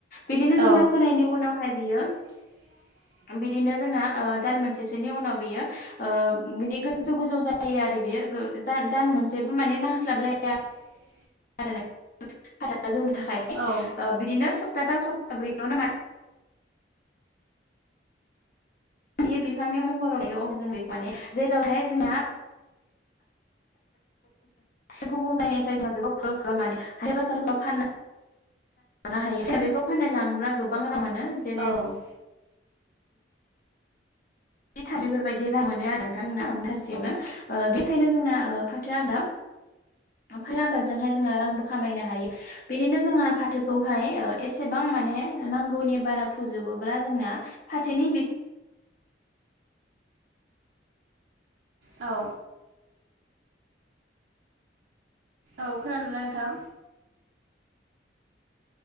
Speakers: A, on the left; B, on the right.
A: बिदिनो
B: औ
A: जोंना फोनायनि उनावहाय बियो
B: <inaudible>
A: बिदिनो जोंना दान मोनसेसोनि उनाव बियो बिे गोजौ गोजौ जायो आरो बियो दान मोनसेबो माने नांस्लाबलाया
B: <inaudible>
A: आरो ना जोंनि थाखाय
B: औ
A: बिदिनो सप्ताथाम सलथा थाम सबथा ब्रैयावनो मा फैयो बिफांनि महराव लायो अब्ला जों बेखौ माने जेरावहाय जोंहा गुबुन जायगानिफ्राय जोो बेखौ फुर फुर मनानै हाइ बाजारफ्राव फाननानै लानो हायो बेखौ फानना लांङोब्ला गोबां रां मोनो जेरै
B: औ
A: इथा बेफोरबायदि रां मोनो आरो नोंथांमोनना मुथासेयावनो ओ बेखायनो जोंना ओ फाथो आबाद ओमफाय आबादजोंहाय जोङो रांबो खामायनो हायो बिदिनो जोंहा फाथोखौहाय एसेबां माने नांगौनि बारा फुजोबोब्ला जोंना फाथोनि बि
B: औ औ खोनादों ना नोंथां